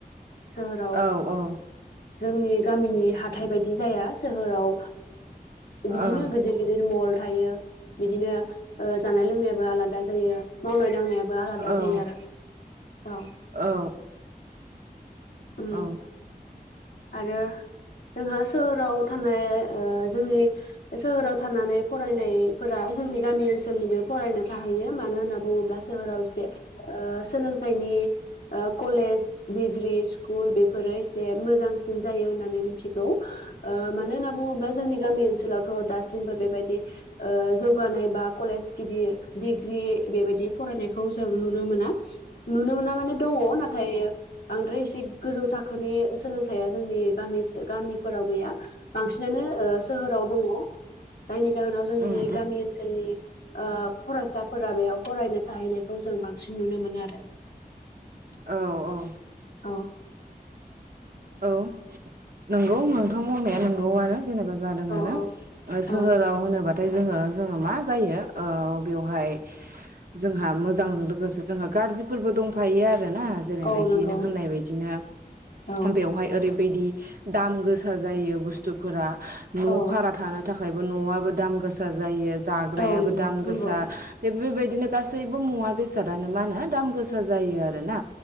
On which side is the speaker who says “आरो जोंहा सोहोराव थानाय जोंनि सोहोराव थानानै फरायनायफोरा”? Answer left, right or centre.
Left